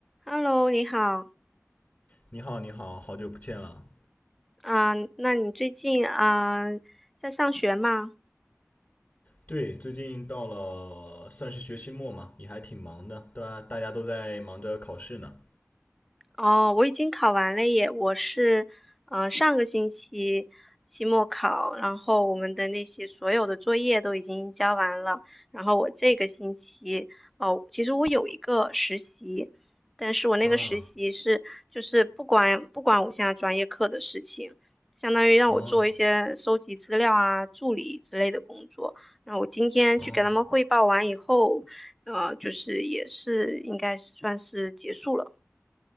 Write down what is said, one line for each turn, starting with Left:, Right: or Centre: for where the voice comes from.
Centre: Hello，你好
Left: 你好，你好，好久不见了。
Centre: 啊，那你最近啊在上学吗？
Left: 对，最近到了算是学期末嘛，也还挺忙的，对啊，大家都在忙着考试呢。
Centre: 哦，我已经考完了耶，我是嗯、呃上个星期期末考，然后我们的那些所有的作业都已经交完了，然后我这个星期哦，其实我有一个实习，但是我那个实习是就是不管不管我现在专业课的事情，
Left: 啊，
Centre: 相当于让我做一些收集资料啊、
Left: 哦，
Centre: 助理之类的工作。那我今天去给他们汇报完以后，
Left: 哦，
Centre: 呃，就是也是应该是算是结束了。